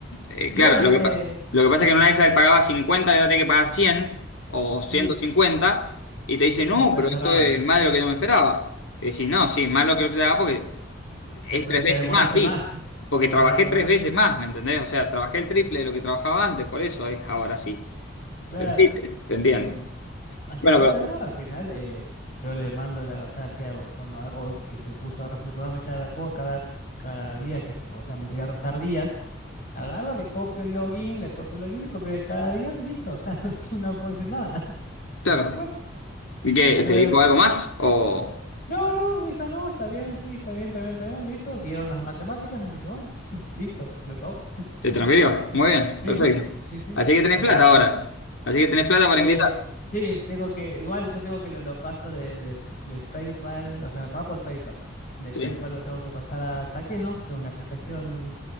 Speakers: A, on the left; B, on the left.
A: Eh,
B: Y
A: claro,
B: bueno,
A: lo que,
B: eh,
A: pa- lo que pasa es que en una
B: sí,
A: de esas él pagaba 50 y ahora tiene que pagar 100 o 150
B: sí,
A: y te dice, no,
B: y le parece
A: pero esto
B: raro.
A: es más de lo que yo me esperaba. Y decís, no, sí, más lo que yo esperaba porque es
B: Te, pues,
A: tres veces
B: te demoraste
A: más, sí.
B: más, <laughs>
A: Porque
B: te demoraste
A: trabajé
B: más.
A: tres veces más, ¿me entendés? O sea, trabajé el triple de lo que trabajaba antes, por eso es ahora sí.
B: Claro.
A: Pero sí, te, te entiendo.
B: Así
A: Bueno,
B: que bueno,
A: pero
B: no, al final eh, yo le mando la, o sea, ¿qué hago? Cuando a- hoy que se puso a refutarme cada cosa, cada, cada día que, o sea, me quería restar días, agarro, le copio el login, le copio el login, le copio de cada día y listo. O sea, <laughs> no, que no puedo decir nada. <laughs>
A: claro.
B: Así que bueno,
A: ¿Y qué?
B: terminó
A: ¿Te dijo
B: de
A: algo más o
B: No, no, hija, no, está bien, sí, está bien, está bien, está bien, listo. Dieron las matemáticas, así que bueno, <laughs> listo, me pagó.
A: te transfirió? Muy bien,
B: Sí,
A: perfecto.
B: sí, sí, sí.
A: Así que tenés
B: Así
A: plata
B: que,
A: ahora. Así que tenés plata para
B: eh,
A: invitar.
B: sí, tengo que, igual yo tengo que lo, lo paso de, de, de PayPal, o sea, me paga por PayPal. De
A: Sí.
B: PayPal lo tengo que pasar a Taquenos, que es una aplicación